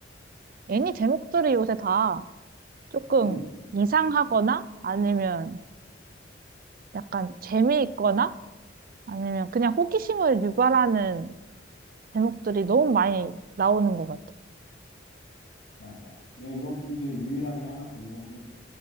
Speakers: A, on the right; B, on the left.
A: 애니 제목들이 요새 다 조금
B: 음,
A: 이상하거나 아니면 약간 재미있거나 아니면 그냥 호기심을 유발하는 제목들이 너무 많이 나오는 것 같아.
B: 맞아. 내가 이번 분기에 유일하게 하나 본 거는